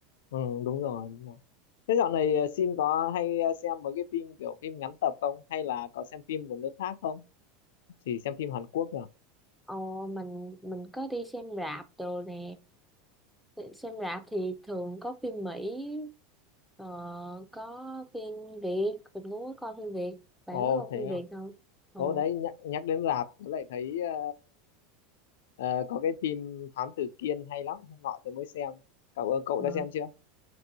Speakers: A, on the left; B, in the centre.
A: ừ đúng rồi đúng rồi thế dạo này ờ, Sim có hay ờ, xem mấy cái phim kiểu phim ngắn tập không hay là có xem phim của nước khác không chỉ xem phim Hàn Quốc à
B: ồ mình mình có đi xem rạp đồ nè xem rạp thì thường có phim Mỹ ờ, có phim Việt mình cũng có coi phim Việt bạn
A: ồ
B: có coi
A: thế
B: phim
A: à
B: Việt không ờ,
A: ồ đấy nhắc nhắc đến rạp tớ lại thấy ờ, ờ, có cái phim Thám Tử Kiên hay lắm hôm nọ tớ mới xem cậu cậu
B: ờ,
A: đã xem chưa